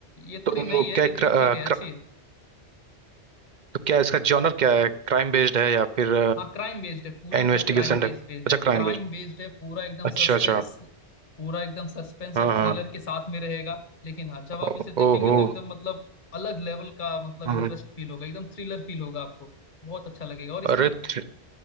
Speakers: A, on the left; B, on the right.
A: ये थोड़ी
B: तो
A: नई है
B: क्या
A: लेकिन
B: क्र, अ,
A: ठीक है अच्छी
B: क्र,
A: है
B: तो क्या इसका जॉनर क्या है क्राइम बेस्ड है या फिर
A: हाँ क्राइम बेस्ड है पूरी
B: इन्वेस्टिगेशन
A: भाई क्राइम बेस्ड
B: है अच्छा
A: बेस्ड है
B: क्राइम
A: क्राइम
B: बेस्ड
A: बेस्ड है पूरा एकदम सस्पेंस
B: अच्छा अच्छा
A: पूरा एकदम सस्पेंस
B: हाँ
A: और
B: हाँ
A: थ्रिलर के साथ में रहेगा लेकिन हाँ जब आप
B: ओ-
A: इसे देखेंगे
B: ओहो
A: तो एकदम मतलब अलग लेवल का मतलब
B: हम्म,
A: इंटरेस्ट फील होगा एकदम थ्रिलर फील होगा आपको बहुत अच्छा लगेगा और इसमें
B: अरे थ-